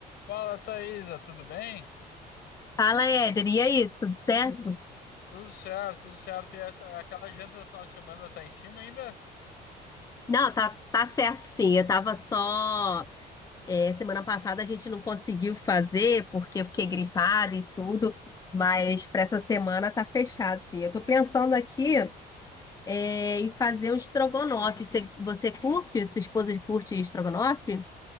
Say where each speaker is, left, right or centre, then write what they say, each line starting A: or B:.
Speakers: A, on the left (about 75°); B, on the left (about 20°).
A: Fala, Thaisa, tudo bem?
B: Fala, Éder, e aí, tudo certo?
A: Tudo certo, tudo certo. E essa, aquela janta do final de semana tá em cima ainda?
B: Não, tá, tá certo sim. Eu tava só. é, semana passada a gente não conseguiu fazer porque eu fiquei gripada e tudo, mas para essa semana tá fechado sim. Eu tô pensando aqui é, em fazer um estrogonofe. Você, você curte? Sua esposa curte estrogonofe?